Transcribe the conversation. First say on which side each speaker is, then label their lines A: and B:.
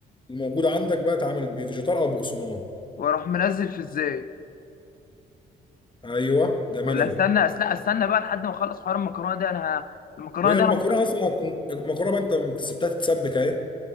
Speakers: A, on the left (about 25°); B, on the left (about 45°).
A: الموجود عندك بقى تعمل بفيجيتار او بقسماط
B: واروح منزل في ازاي
A: ايوه جميل
B: ولا
A: قوي
B: استنى أس- لا استنى بقى لحد ما اخلص حوار المكرونة دي انا ه... المكرونة
A: هي
B: دي
A: المكرونه
B: انا
A: اصلا هتكون المكرونه بقى انت سبتها تتسبك اهي